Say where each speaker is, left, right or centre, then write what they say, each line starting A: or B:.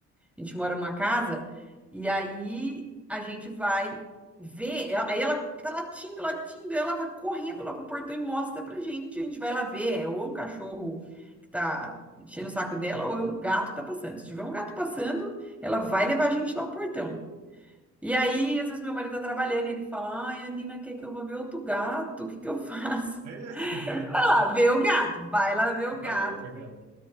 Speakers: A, in the centre; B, on the right (about 80°).
A: A gente mora numa casa e aí a gente vai ver. ela- Aí ela tá latindo, latindo, e ela vai correndo lá pro portão e mostra pra gente. A gente vai lá ver. É, ou é um cachorro que tá enchendo o saco dela, ou é um gato que tá passando. Se tiver um gato passando, ela vai levar a gente lá pro portão. E aí, às vezes, meu marido tá trabalhando e ele fala: Ai, a Nina quer que eu vá ver outro gato, o que que eu <laughs> faço?
B: É. <laughs>
A: Vai lá ver o gato, vai lá ver o
B: Vai
A: gato,
B: ver, vai pegar.
A: porque